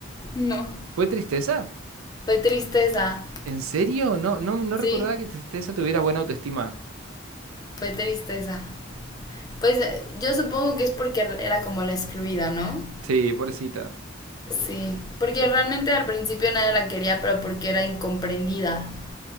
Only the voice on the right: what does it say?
¿Fue tristeza?
¿En serio? No, no, no
recordaba que tristeza tuviera buena autoestima.
Sí, pobrecita.